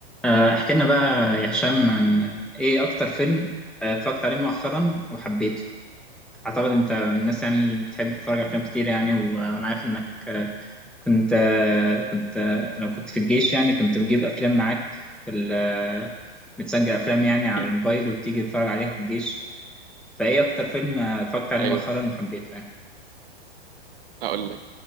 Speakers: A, in the centre; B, on the right.
A: آه، احكي لنا بقى يا هشام عن ايه اكتر فيلم آه، اتفرجت عليه مؤخرا وحبيته اعتقد انت من الناس يعني اللي بتحب تتفرج على افلام كتير يعني و- وانا عارف انك آه، كنت آه، كنت آه، لو كنت في الجيش يعني كنت بتجيب افلام معاك في ال آه، بتسجل افلام يعني على
B: <laughs> هم،
A: الموبايل وبتيجي تتفرج عليها في الجيش فايه اكتر فيلم آه، اتفرجت عليه
B: ايوه
A: مؤخرا وحبيته يعني
B: هقول لك